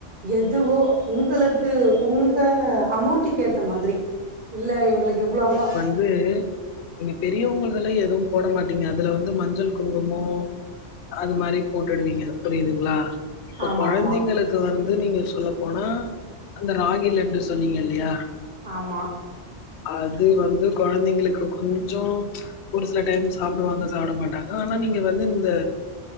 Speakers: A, on the right; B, on the left.
A: எதுவோ உங்களுக்கு உங்க அமௌண்ட்டுக்கு ஏத்த மாதிரி இல்ல எங்களுக்கு இவ்ல ஆமா
B: இது நீங்க பெரியவங்கள்துல்லா எதுவு போட மாட்டீங்க அதுல வந்து மஞ்சள் குங்குமோ அது மாதிரி போட்டுடுவீங்க புரியுதுங்களா இப்போ
A: ஆமா
B: குழந்தைங்களுக்கு
A: ஆமா
B: க்கு வந்து நீங்க சொல்ல போனா அந்த ராகி லாட்டு சொன்னீங்க இல்லயா
A: ஆமா
B: அது வந்து குழந்தைங்களுக்கு கொஞ்சோ ஒரு சில டைம் சாப்டுவாங்க சாப்ட மாட்டாங்க ஆனா நீங்க வந்து இந்த